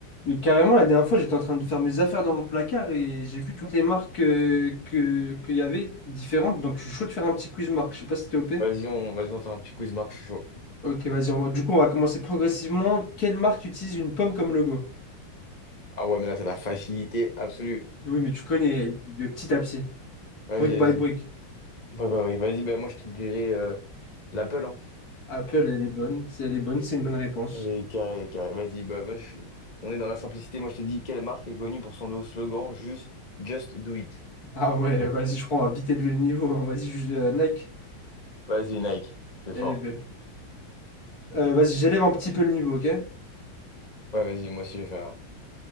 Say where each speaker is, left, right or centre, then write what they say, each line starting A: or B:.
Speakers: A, on the left (about 45°); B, on the left (about 20°).
A: Mais carrément, la dernière fois, j'étais en train de faire mes affaires dans mon placard et j'ai vu toutes les marques euh, que, qu'il y avait différentes. Donc, je suis chaud de faire un petit quiz marque. Je sais pas si t'es OP.
B: Vas-y, on, vas-y, on fait un petit quiz, Marc, je suis chaud.
A: Ok, vas-y. on va- Du coup, on va commencer progressivement. Quelle marque utilise une pomme comme logo?
B: Ah ouais, mais là, c'est la facilité absolue.
A: Oui, mais tu connais de petit à petit.
B: Vas-y,
A: Brick by
B: vas-y.
A: brick.
B: Ouais, ouais, ouais. Vas-y, ben moi, je te dirais euh, l'Apple, hein.
A: Apple, elle est bonne. Si elle est bonne, c'est une bonne réponse.
B: Allez, carré, carré. Vas-y, bah, moi, je suis- on est dans la simplicité. Moi, je te dis, quelle marque est connue pour son nouveau slogan, juste Just Do It.
A: Ah ouais, vas-y, je crois, on va vite élever le niveau. hein. Vas-y, je- euh, Nike,
B: Vas-y, Nike, c'est
A: elle
B: fort.
A: est belle. Euh, vas-y, j'élève un petit peu le niveau, ok?
B: Ouais, vas-y, moi aussi, je vais faire.